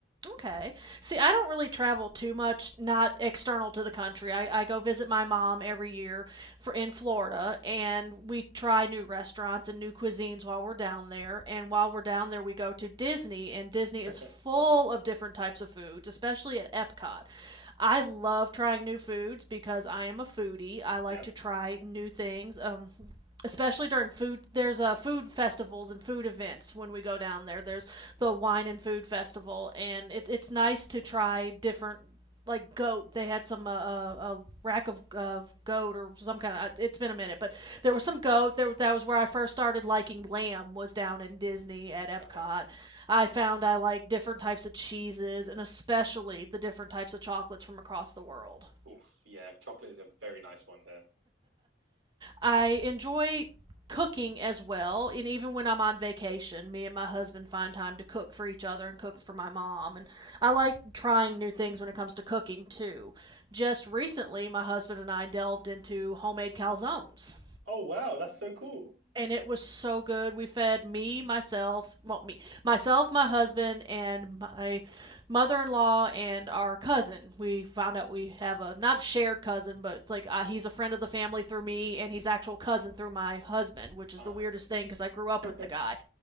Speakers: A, on the right; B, on the right.
A: Okay. See, I don't really travel too much, not external to the country. I, I go visit my mom every year, for in Florida, and we try new restaurants and new cuisines while we're down there. And while we're down there, we go to Disney, and Disney
B: <laughs>
A: is full of different types of foods, especially at Epcot. I love trying new foods because I am a foodie. I like
B: Yep.
A: to try new things. Um, especially during food there's uh, food festivals and food events when we go down there there's the wine and food festival and it, it's nice to try different like goat. They had some uh, uh, a rack of, of goat or some kind of. It's been a minute, but there was some goat. There that was where I first started liking lamb. Was down in Disney at Epcot.
B: Uh-huh.
A: I found I like different types of cheeses and especially the different types of chocolates from across the world.
B: Oof, yeah, chocolate is a very nice one there.
A: I enjoy cooking as well. And even when I'm on vacation, me and my husband find time to cook for each other and cook for my mom. And I like trying new things when it comes to cooking too. Just recently, my husband and I delved into homemade calzones
B: Oh, wow, that's so cool.
A: and it was so good. We fed me, myself, well, me, myself, my husband, and my mother-in-law and our cousin. We found out we have a not a shared cousin, but it's like uh, he's a friend of the family through me, and he's actual cousin through my husband, which is
B: Ah,
A: the weirdest thing because I grew
B: <laughs>
A: up with the guy.